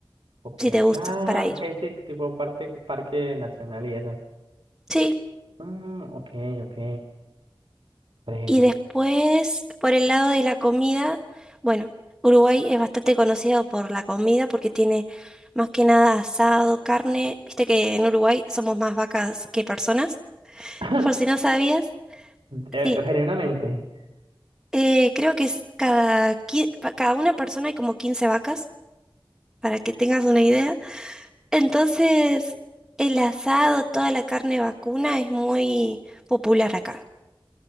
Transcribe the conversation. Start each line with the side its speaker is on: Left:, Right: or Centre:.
Right: Ok.
Centre: si te gusta,
Right: Ah,
Centre: para ir.
Right: ok, sí, tipo parte, parque nacional y eso.
Centre: Sí,
Right: Mm, ok, ok. Breve,
Centre: y
Right: breve.
Centre: después, por el lado de la comida, bueno, Uruguay es bastante conocido por la comida porque tiene más que nada asado, carne, viste que en Uruguay somos más vacas que personas,
Right: <laughs>
Centre: por si no sabías.
Right: Eh,
Centre: Sí,
Right: genuinamente.
Centre: Eh, creo que es cada, qui- pa- cada una persona hay como 15 vacas, para que tengas una idea. Entonces, el asado, toda la carne vacuna es muy popular acá.